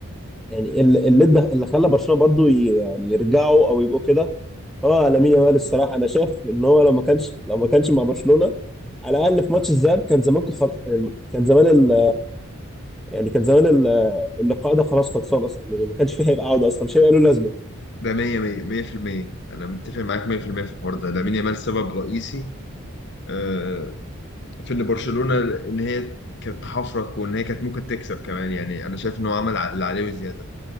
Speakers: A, in the centre; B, on the left.
A: يعني ال- اللي ده اللي خلى برشلونه برضه ي- يعني يرجعوا او يبقوا كده هو لامين يامال الصراحه انا شايف ان هو لو ما كانش لو ما كانش مع برشلونه على الاقل في ماتش الذهاب كان زمان كو- خل... يعني كان زمان ال... يعني كان زمان ال... اللقاء ده خلاص خلصان اصلا يعني ما كانش فيه هيبقى عوده اصلا مش هيبقى له لازمه
B: ده 100 100 100% انا متفق معاك 100% في المية في الحوار ده لامين يامال سبب رئيسي آه، في ان برشلونه ان هي كانت تحفرك وان هي كانت ممكن تكسب كمان يعني انا شايف ان هو عمل اللي عليه وزياده